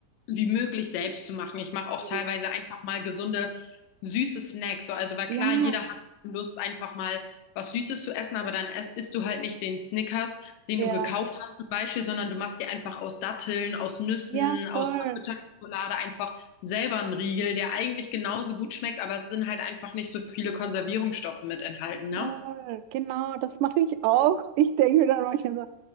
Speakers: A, on the left (about 85°); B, on the right (about 80°).
A: wie möglich selbst zu machen. Ich mache auch
B: Mhm.
A: teilweise einfach mal gesunde, süße Snacks. So, also, weil
B: Ja,
A: klar, jeder hat Lust, einfach mal was Süßes zu essen, aber dann es- isst du halt nicht den Snickers den
B: ja,
A: du gekauft hast zum Beispiel, sondern du machst dir einfach aus Datteln, aus Nüssen,
B: ja,
A: aus
B: voll,
A: einer Bitterschokolade einfach selber einen Riegel, der eigentlich genauso gut schmeckt, aber es sind halt einfach nicht so viele Konservierungsstoffe mit enthalten, ne?
B: voll. Genau, das mache ich auch. Ich denke mir dann manchmal so,